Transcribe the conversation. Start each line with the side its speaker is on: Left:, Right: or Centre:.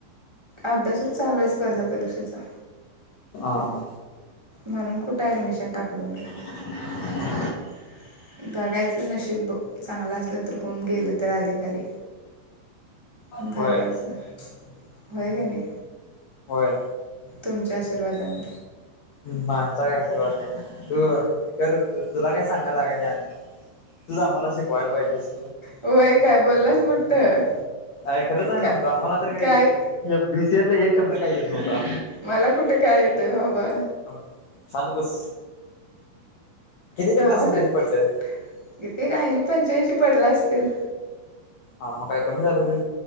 Right: अभ्यासच चालूय स्पर्धा परीक्षेचा
Left: हा हा
Right: म्हणून कुठ ऍडमिशन टाकलो मी
Left: <unintelligible>
Right: <unintelligible> बघायचं नशीब बघ चांगल असलं, तर होऊन गेलं तर अधिकारी. बघायचं
Left: होय
Right: होय, का नाही.
Left: होय
Right: तुमच्या आशीर्वादान.
Left: आमचा काय आशीर्वाद नाही, तू कर तुला काय सांगायला लागत नाही आम्ही. तुचं आम्हाला शिकवायला पाहिजेस.
Right: होय, काय बोललास मोठं.
Left: अयं खरंच आहे
Right: का
Left: सांगतो आम्हाला, तर काही
Right: काय
Left: बीसीएतला एक शब्द काही येत नव्हता.
Right: मला कुठे काय येतयं? बाबा.
Left: हा शांत बस किती, ते
Right: नावासाठी
Left: पर्सेटेज पडलं?
Right: किती काय, ऐंशी पंच्याऐंशी पडला असतील?
Left: हा, मग काय कमी झाल होय.